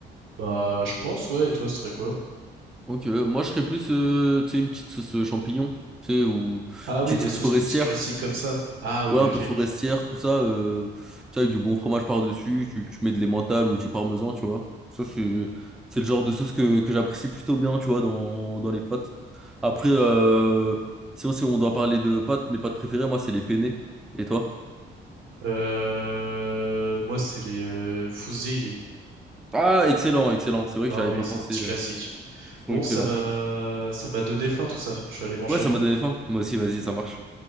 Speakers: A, on the right; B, in the centre.
A: Bah, je pense, ouais, et toi, ce serait quoi?
B: Ok, euh, moi, je serais plus, euh, tu sais, une petite sauce euh, champignon, tu sais, ou une
A: Ah oui,
B: petite
A: des
B: sauce
A: sauces
B: forestière.
A: plus classiques comme ça. Ah oui,
B: Ouais, un
A: ok.
B: peu forestière, tout ça, euh, tu sais, avec du bon fromage par-dessus, tu, tu mets de l'emmental ou du parmesan, tu vois. Ça, c'est, c'est le genre de sauce que, que j'apprécie plutôt bien, tu vois, dans, dans les pâtes. Après,
A: Oui.
B: euh, sinon, si on doit parler de pâtes, mes pâtes préférées, moi, c'est les penne. Et toi?
A: Euh... Moi, c'est les euh, fusilli.
B: Ah, excellent, excellent. C'est vrai
A: Non,
B: que j'avais
A: oui,
B: pas
A: c'est
B: pensé.
A: un petit
B: euh,
A: classique.
B: Ils sont
A: Bon,
B: excellents.
A: ça m'a ça m'a donné faim, tout ça. Je suis allé manger,
B: Ouais, ça
A: moi.
B: m'a donné faim. Moi aussi, vas-y, ça marche.